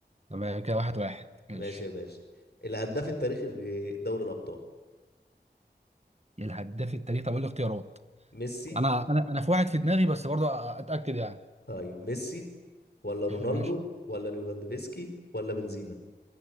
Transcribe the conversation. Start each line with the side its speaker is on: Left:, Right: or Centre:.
Right: تمام كده واحد واحد ماشي
Left: ماشي يا باشا الهداف التاريخي لدوري الابطال
Right: إيه الهداف التاريخي طب اقول الاختيارات
Left: ميسي
Right: انا انا انا في واحد في دماغي بس برضه اتاكد يعني
Left: طيب ميسي ولا رونالدو
Right: <laughs> ماشي
Left: ولا ليفاندوفسكي ولا بنزيما